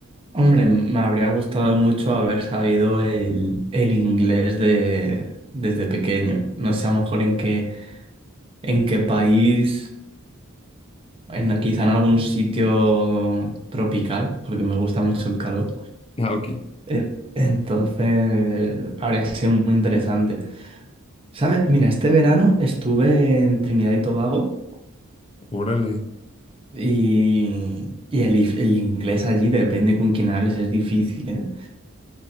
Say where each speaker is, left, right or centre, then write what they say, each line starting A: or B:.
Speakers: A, on the right; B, on the left.
A: hombre, me habría gustado mucho haber sabido el, el inglés de, desde pequeño. No sé a lo mejor en qué, en qué país, en, quizá en algún sitio tropical, porque me gusta mucho el calor.
B: Ah, ok.
A: Eh, Entonces, habría sido muy interesante. ¿Sabes? Mira, este verano estuve en Trinidad y Tobago
B: Órale.
A: y, y el, if- el inglés allí, depende con quién hables, es difícil, ¿eh?